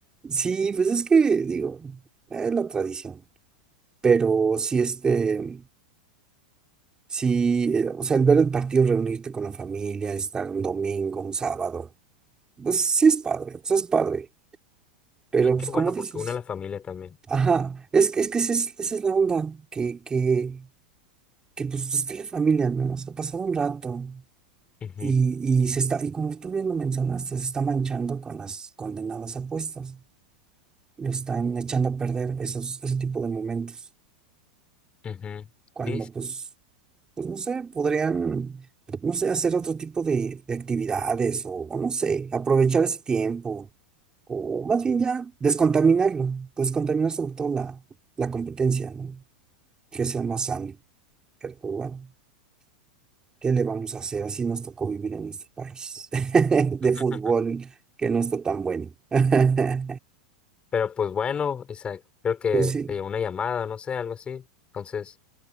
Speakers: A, on the right (about 15°); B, on the left (about 25°).
A: Sí, pues es que, digo, es la tradición. Pero sí, este, sí, eh, o sea, el ver el partido, reunirte con la familia, estar un domingo, un sábado, pues sí es padre, o sea, es padre. Pero
B: Sí,
A: pues
B: qué
A: como
B: bueno
A: dices,
B: porque une a la familia también.
A: ajá, es, que- es que esa es, esa es la onda, que, que que pues esté la familia, ¿no? O sea, pasar un rato
B: Ujú,
A: y, y se está, y como tú bien lo mencionaste, se está manchando con las condenadas apuestas, lo están echando a perder esos, ese tipo de momentos,
B: ujú.
A: cuando
B: Sí, sí.
A: pues, pues no sé, podrían, no sé, hacer otro tipo de, de actividades o, o no sé, aprovechar ese tiempo, o más
B: Ujú.
A: bien ya, descontaminarlo, descontaminar sobre todo la, la competencia, ¿no? Que sea más sano, pero pues, bueno. ¿Qué le vamos a hacer? Así nos tocó vivir en este país <laughs> de
B: <laughs>
A: fútbol que no está tan bueno. <laughs>
B: Pero pues bueno, Isaac, creo que
A: Pero sí,
B: te llegó una llamada, no sé, algo así. Entonces,